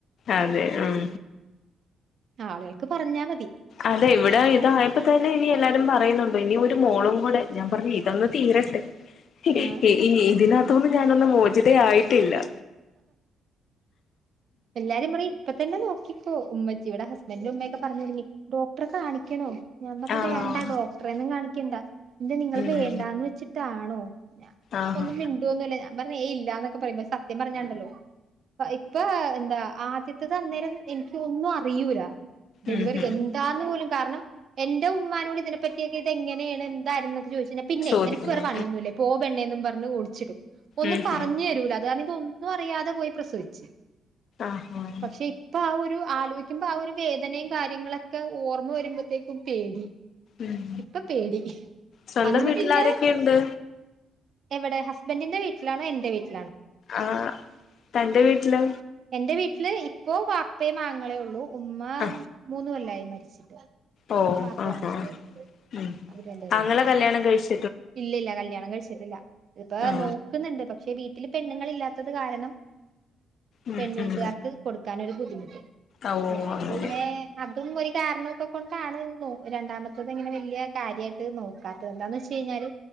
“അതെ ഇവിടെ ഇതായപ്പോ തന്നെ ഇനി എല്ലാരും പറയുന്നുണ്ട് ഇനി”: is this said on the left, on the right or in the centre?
Left